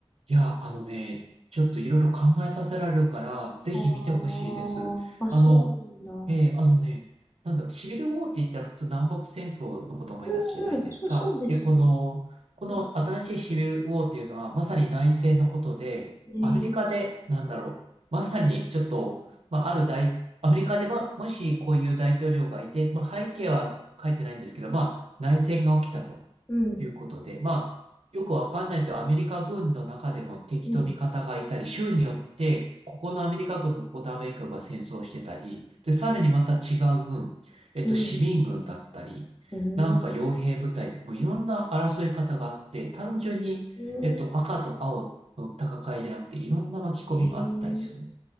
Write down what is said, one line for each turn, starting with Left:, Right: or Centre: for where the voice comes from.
Right: いや、あのね、ちょっといろいろ考えさせられるから、ぜひ見てほしいです。
Left: ああー、あ、
Right: あの、
Left: そうなんだ。
Right: えーあのね、なんだ、シビルウォーって言ったら普通南北戦争のことを思い出すじゃないですか。
Left: うんうん、そう、そうですね。
Right: で、この、この新しいシビルウォーっていうのは、
Left: うん、
Right: まさに内戦のことで、
Left: ね、
Right: アメリカで、なんだろう、まさにちょっと、まあ、ある大、アメリカでは、もしこういう大統領がいて、まあ、背景は書いてないんですけど、まあ、内戦が起きたと。
Left: うん、
Right: いうことで、まあ、よくわかんないですよ。アメリカ軍の中でも敵と味方がいたり、
Left: うん、
Right: 州によって、ここのアメリカ軍とここのアメリカ軍が戦争してたり、で、
Left: へえ
Right: さらにまた違う軍、えっと、
Left: うん、
Right: 市民軍だったり、
Left: うん、
Right: なんか傭兵部隊、もういろんな争い方があって、単純に、
Left: うん、
Right: えっと、赤と青の戦いじゃなくて、いろんな巻き込みがあったりする。
Left: ええ